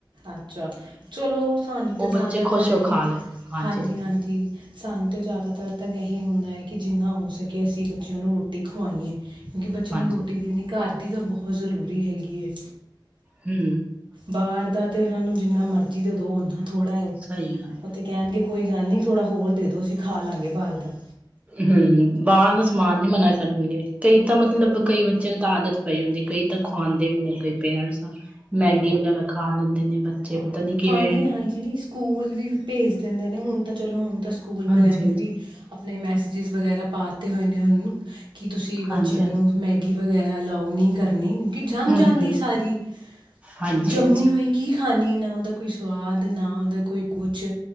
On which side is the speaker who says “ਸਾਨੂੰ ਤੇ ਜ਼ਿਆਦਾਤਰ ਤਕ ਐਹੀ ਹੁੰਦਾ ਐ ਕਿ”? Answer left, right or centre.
Right